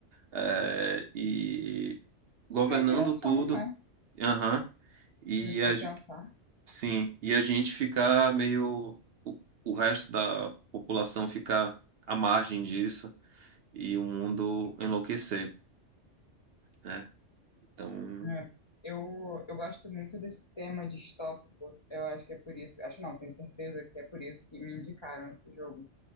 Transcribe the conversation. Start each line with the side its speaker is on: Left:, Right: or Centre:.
Right: é, e governando
Left: Meio que já são,
Right: tudo,
Left: né?
Right: aham, e
Left: Se a gente for
Right: a, ge-
Left: pensar.
Right: sim, e a gente ficar meio o, o resto da população ficar à margem disso e o mundo enlouquecer, né? Então,
Left: É, eu, eu gosto muito desse tema distópico. Eu acho que é por isso. Acho não, tenho certeza que é por isso que me indicaram esse jogo.